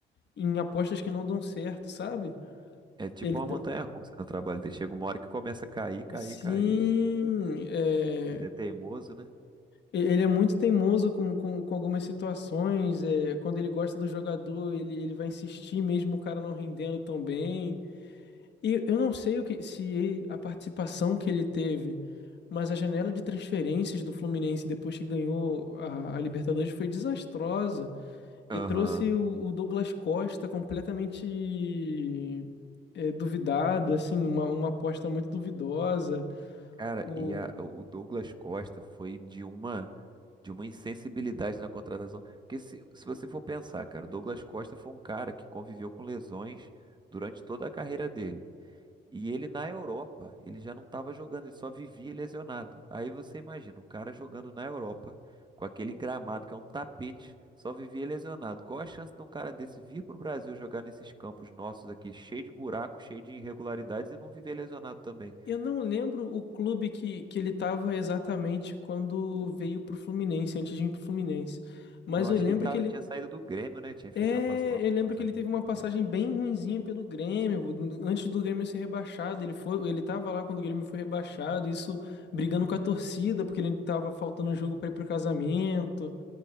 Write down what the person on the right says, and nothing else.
É tipo
uma
montanha-russa no trabalho dele. Chega uma hora que começa a cair, cair,
cair.
Ele é teimoso, né?
Aham.
Cara,
e a- o Douglas Costa foi de uma de uma insensibilidade na contratação. Porque se, se você for pensar, cara, o Douglas Costa foi um cara que conviveu com lesões durante toda a carreira dele. E ele na Europa, ele já não estava jogando, ele só vivia lesionado. Aí você imagina, o cara jogando na Europa, com aquele gramado que é um tapete, só vivia lesionado. Qual a chance de um cara desse vir para o Brasil jogar nesses campos nossos aqui, cheio de buracos, cheio de irregularidades e não viver lesionado também?
Eu acho
que ele tava,
tinha saído do Grêmio, né? Tinha feito
uma, pass- uma
passagem
ruim
pelo
Grêmio.